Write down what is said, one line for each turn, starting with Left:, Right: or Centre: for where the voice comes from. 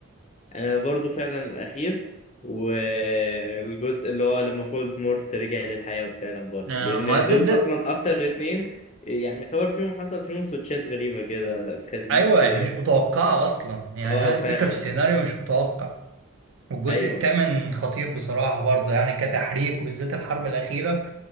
Left: انا برضو فعلا الاخير والجزء اللي هو لما فولد مورت رجع للحياة فعلا برضو
Right: آه،
Left: لان
Right: ما ده,
Left: دول
Right: ده
Left: اصلا اكتر اتنين يعني يعتبر فيهم حصل فيهم سويتشات غريبة كده تخليك
Right: ايوه يعني مش متوقعة اصلا يعني
Left: اه
Right: هذه
Left: فعلا
Right: الفكرة في السيناريو مش متوقع والجزء
Left: ايوه
Right: الثامن خطير بصراحة برضه يعني كتحريك وبالذات الحرب الأخيرة